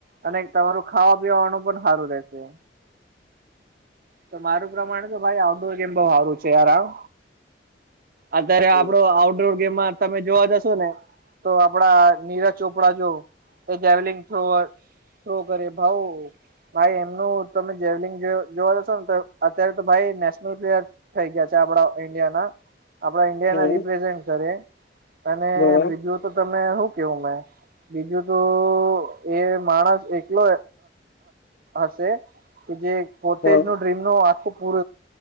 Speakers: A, on the right (about 55°); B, on the left (about 65°).
A: અને તમારું ખાવા-પીવાનું પણ સારું રહેશે. તો મારું પ્રમાણે તો ભાઈ આઉટડોર ગેમ બહુ સારું છે, યાર આમ. અત્યારે
B: હમ
A: આપડો આઉટડોર ગેમમાં તમે જોવા જશો ને. તો આપડા નીરજ ચોપડા જો એ જાવલિંગ થ શું કરે? ભઉ ભાઈ એમનું. તમે જેવલિંગ જોવા જશો ને, તો અત્યારે તો ભાઈ નેશનલ પ્લેયર થઈ ગયા છે, આપડા ઈન્ડિયા ના આપડા ઈન્ડિયા
B: હમ હમ
A: ના રિપ્રેઝેન્ટ કરે, અને
B: હમ
A: બીજું તો તમે શું કેવું મેં બીજું તો એ માણસ એકલો હશે. કે જે કોટેજ
B: હમ
A: ન ડ્રીમ ન આખું પૂર